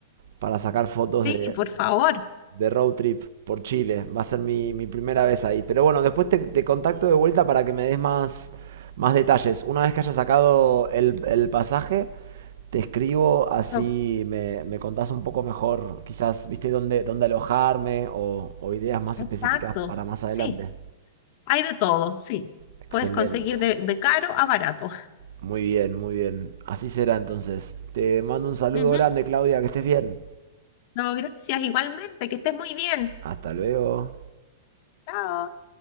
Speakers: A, on the right; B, on the left.
A: para sacar fotos
B: Sí,
A: de,
B: por favor.
A: de road trip por Chile. Va a ser mi, mi primera vez ahí. Pero bueno, después te, te contacto de vuelta para que me des más, más detalles. Una vez que haya sacado el, el pasaje, te escribo así
B: Oh,
A: me, me contás un poco mejor, quizás, viste, dónde, dónde alojarme o o ideas más
B: Exacto.
A: específicas para más
B: Sí,
A: adelante.
B: hay de todo, sí.
A: Excelente.
B: Puedes conseguir de, de caro a barato.
A: Muy bien, muy bien. Así será entonces. Te mando un saludo
B: Ujú.
A: grande, Claudia, que estés bien.
B: No, gracias igualmente. Que estés muy bien.
A: Hasta luego.
B: Chao.